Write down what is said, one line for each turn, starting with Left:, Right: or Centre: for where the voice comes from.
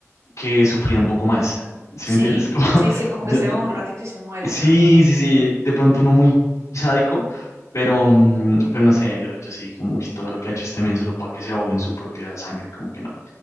Left: que sufriera un poco más. ¿Sí
Right: Sí.
Left: me entiendes? <laughs> Como,
Right: Sí, sí, es como
Left: yo,
Right: que se ahoga un ratito y se muere,
Left: Sí,
Right: la verdad.
Left: sí, sí, de pronto uno muy sádico, pero, mm, pero no sé, yo, yo sí, como uy, todo lo que ha hecho este men solo para que se ahogue en su propia sangre, como que no,